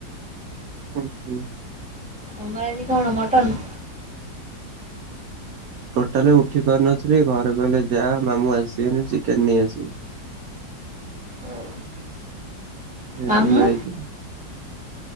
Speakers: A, on the right; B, in the centre.
A: ହୁଁ ହୁଁ।
B: ତମର ଆଜି କଣ ମଟନ?
A: ଟୋଟାଲି ଉଠି ପାରୁନଥିଲି ଘରେ କହିଲେ ଯା ମାମୁଁ ଆସିବେନି ଚିକେନ ନେଇ ଆସିବୁ।
B: ହଉ।
A: ଏଣ୍ଡରେ
B: ମାମୁଁ
A: ଯାଇଥିଲି।